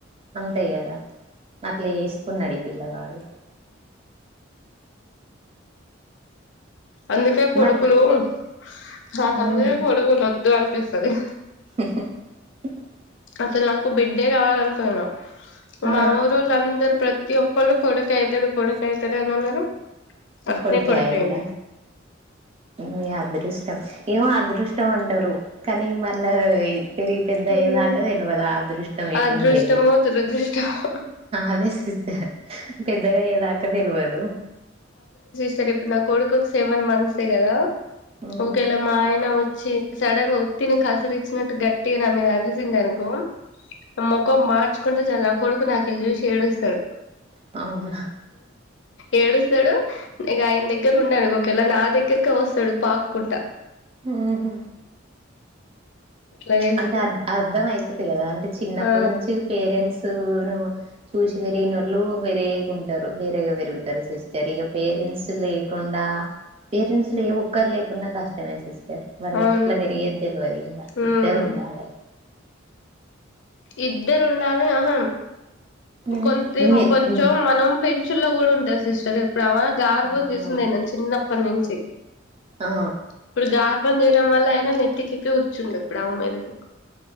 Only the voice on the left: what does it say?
అందుకే కొడుకులు
అస్ నాహందుకే
కొడుకులు వద్దనిపిస్ కదా
అసలు నాకు బిడ్డే కావాలను కున్న
మా ఊరోలందరు ప్రత్ ఈ ఒకడు కొడుకు ఐతడు కొడుకు ఐతడు అని అన్నరు అట్నే
కొడుకైండు
ఉమ్
అదృష్టమో
దురదృష్టమో
స్టర్ ఇప్పుడు నా కొడుకొక సెవెన్ మంత్సే కదా
ఒకేలా మాయనా వొచ్ చ్చి సడన్ గా ఉత్తిని కసిరిచ్చినట్టు గట్టి అని మీద అరిసిండనుకో మొకం మాడ్చ్ కుంటే చాలు ఆ కొడుకు నాకెలి చూసి ఏడుస్తడు
ఏడుసడు ఇగ అయిన్ దగ్ దగ్గర ఉండడు ఒకవేళ నా దగ్గరక వస్తాడు పాక్కుంట
అట్లా
చేస్తాడు
ఆ
అవును
ఉమ్
ఇద్దరు ఉండాలె అహా
కొంతెం
కొంచెం
మనం పెంచులో కూడా ఉంటది సిస్టర్ ఎప్ గామే గార్భం
చేసింది అయినను చిన్నప్ పన్నించి
ఇపుడు గారాబం చేయటం వల్ల అయిన నెత్తికి ప్పుడె ఒచిండు డాబా మీదకి